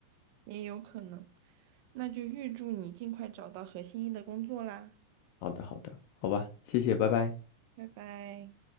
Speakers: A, on the right; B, on the left.
A: 也有可能。那就预祝你尽快找到合心意的工作啦，
B: 好的，好的，好吧，谢谢，拜拜。
A: 拜拜。